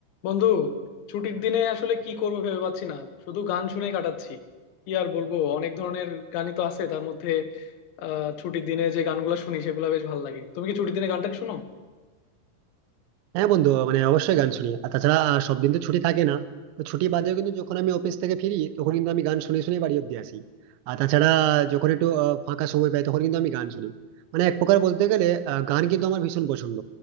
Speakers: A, on the left; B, on the right.
A: বন্ধু ছুটির দিনে আসলে কি করবো ভেবে পাচ্ছি না শুধু গান শুনেই কাটাচ্ছি কি আর বলবো অনেক ধরনের গানই তো আছে তার মধ্যে আহ ছুটির দিনে যে গানগুলো শুনি সেগুলো বেশ ভালো লাগে তুমি কি ছুটির দিনে গানটা শুনো
B: হ্যাঁ বন্ধু মানে অবশ্যই গান শুনি আর তাছাড়া আহ, সব দিন তো ছুটি থাকে না তো ছুটি বাদেও কিন্তু যখন আমি অফিস থেকে ফিরি তখন কিন্তু আমি গান শুনে শুনে বাড়ি অব্দি আসি আর তাছাড়া যখন একটু আহ, ফাঁকা সময় পাই তখন কিন্তু আমি গান শুনি মানে এক প্রকার বলতে গেলে আহ, গান কিন্তু আমার ভীষণ পছন্দ